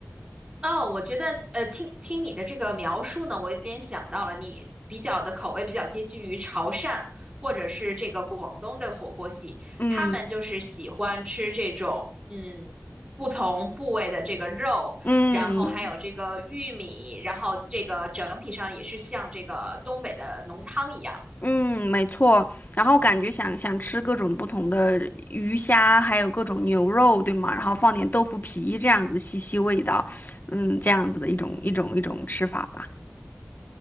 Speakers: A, on the right (about 20°); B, on the left (about 40°).
A: 哦，我觉得呃，听听你的这个描述呢，我有点想到了，你比较的口味比较接近于潮汕或者是这个广东的火锅系，
B: 嗯
A: 他们就是喜欢吃这种嗯不同部位的这个肉，
B: 嗯
A: 然后还有这个玉米，然后这个整体上也是像这个东北的浓汤一样。
B: 嗯，没错。然后感觉想想吃各种不同的鱼虾，还有各种牛肉，对吗？然后放点豆腐皮，这样子吸吸味道，嗯，这样子的一种一种一种吃法吧。